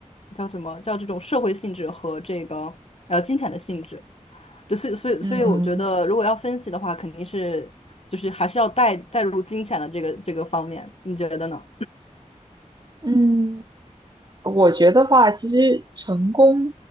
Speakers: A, on the left; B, on the right.
A: 叫什么叫这种社会性质和这个呃金钱的性质。对，所以所以所以，
B: 嗯
A: 我觉得如果要分析的话，肯定是就是还是要带带入金钱的这个这个方面，你觉得呢？
B: 嗯，我觉得话，其实成功